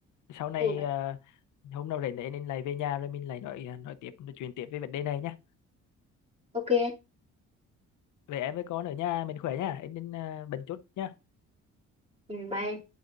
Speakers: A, on the left (about 75°); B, on the right (about 20°).
A: sau này
B: ừ,
A: à, hôm nào rảnh thì em nên lại về nhà rồi mình lại nói nói tiếp nói chuyện tiếp về vấn đề này nhá
B: ok
A: về em với con ở nhà mình khỏe nhá em nên à, bận chút nhá
B: ừ, bye em.